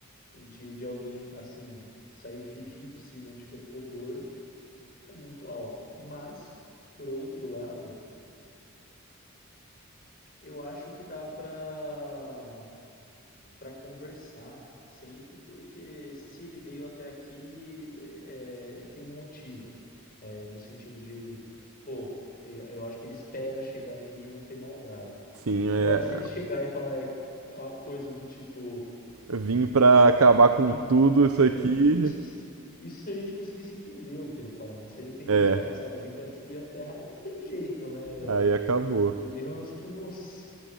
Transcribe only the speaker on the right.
Sim,
é. é,
Vim
pra acabar com
tudo isso
aqui.
É,
aí acabou.